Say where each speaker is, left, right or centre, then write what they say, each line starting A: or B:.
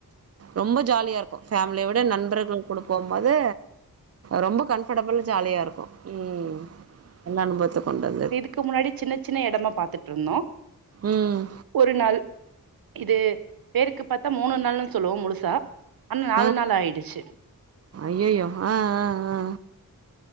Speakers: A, on the right; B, on the right.
A: ரொம்ப ஜாலியா இருக்கு ஃபேமிலிய விட நண்பர்கள் கூட போகு போது ரொம்ப கம்ஃபர்டபுள் ஜாலியா இருக்கு ம் நல்ல அனுபவத்த கொண்டு வந்தது
B: க்கு முன்னாடி சின்ன சின்ன எடமா பாத்துட்டு இருந்தோ
A: ம்
B: ஒரு நாள் இது பேருக்கு பார்த்தா மூணு நாள்ன்னனு சொல்லுவோ முழுசா ஆனா
A: ஆ
B: நாள் ஆயிடுச்சு.
A: அஐய்யோ ஆ ஆ ஆ